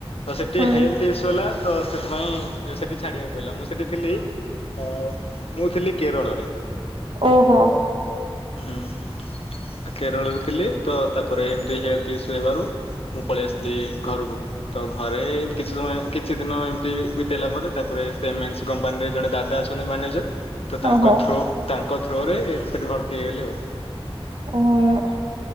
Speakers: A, on the left; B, on the right.
A: ତ ସେଠି
B: ହୁଁ।
A: ହେଲଥ୍ ଇସ୍ୟୁ ହେଲା ତ ସେଥିପାଇଁ ସେଟି ଛାଡିଆକୁ ପଇଲା। ମୁଁ ସେଟି ଥିଲି। ଅ ମୁଁ ଥିଲି କେରଳରେ।
B: ଓହୋ!
A: ହୁଁଉଁ। କେରଳରେ ଥିଲି ତ ତାପରେ ଏମତି ହେଲଥ୍ ଇସ୍ୟୁ ହେବାରୁ ମୁଁ ପଳେଇ ଆସଥିଲି ଘରୁକୁ, ତ ଘରେ କିଛି ସମୟ କି ଛି ଦିନ ଏମତି ବିିତେଇଲା ପରେ ତାପରେ ସେ ମେନସ୍ କମ୍ପାନୀରେ ଜଣେ ଦାଦା ଅଛନ୍ତି ମ୍ୟାନେଜର୍ ତ ତାଙ୍କ
B: ଓହୋ
A: ଥ୍ରୋ ତାଙ୍କ ଥ୍ରୋରେ ସେଟି ଭର୍ତ୍ତି ହେଇଗଲି ଆଉ।
B: ଓଁ ହ।